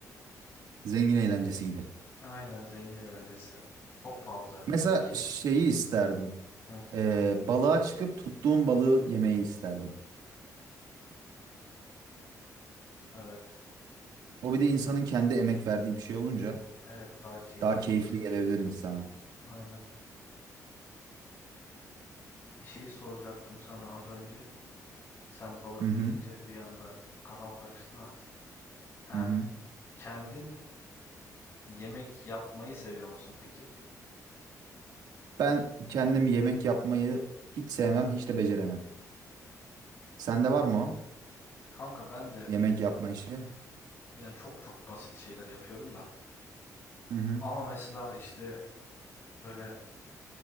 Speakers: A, on the right; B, on the left.
A: Zengin eğlencesi gibi.
B: Aynen zengin eğlencesi. Çok pahalı zaten.
A: Mesela
B: Peki.
A: şeyi isterdim.
B: Hı,
A: E, balığa çıkıp tuttuğum balığı yemeyi isterdim.
B: evet.
A: O bir de insanın kendi emek verdiği bir şey olunca.
B: Evet daha keyifli
A: Daha keyifli
B: olur.
A: gelebilir insana.
B: Aynen. Bir şey soracaktım sana az önce. Sen balık
A: Hı hı.
B: deyince bir anda kafam karıştı da. Heh,
A: Hı hı.
B: kendin yemek yapmayı seviyor musun peki?
A: Ben kendim yemek yapmayı hiç sevmem, hiç de beceremem. Sende var mı o?
B: Kanka ben de
A: Yemek yapma işi.
B: yani çok çok basit şeyler yapıyorum da.
A: Hı hı.
B: Ama mesela işte böyle